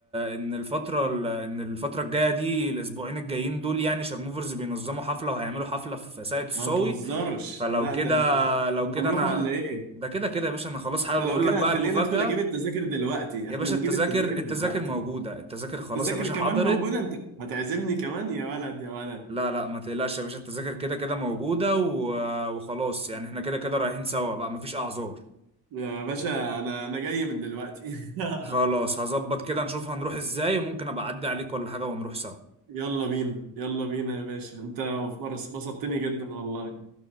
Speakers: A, on the right; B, on the right.
A: إن الفترة ال- إن الفترة الجاية دي الأسبوعين الجايين دول يعني شارموفرز بينظموا حفلة وهيعملوا حفلة في ساقية الصاوي
B: ما تهزرش
A: فلو
B: لا
A: كده
B: ده
A: لو
B: كنا
A: كده
B: هنروح
A: أنا
B: ولا إيه
A: ده كده كده يا باشا انا خلاص حابب
B: ده لو
A: اقول
B: كده
A: لك بقى
B: هتخلينا
A: المفاجأة
B: ادخل اجيب التذاكر دلوقتي
A: يا
B: احنا
A: باشا
B: نجيب
A: التذاكر
B: التذاكر
A: التذاكر
B: دلوقتي
A: موجودة التذاكر خلاص
B: التذاكر
A: يا باشا
B: كمان
A: حضرت
B: موجودة انت هتعزمني كمان يا ولد يا ولد
A: لا لا ما تقلقش يا باشا التذاكر كده كده موجودة و... وخلاص يعني احنا كده كده رايحين سوا بقى مفيش اعذار
B: يا باشا انا انا جاي من دلوقتي <laughs>
A: خلاص هظبط كده نشوف هنروح ازاي وممكن ابقى اعدي عليك ولا حاجة ونروح سوا
B: يلا بينا يلا بينا يا باشا انت بس- بسطتني جدا والله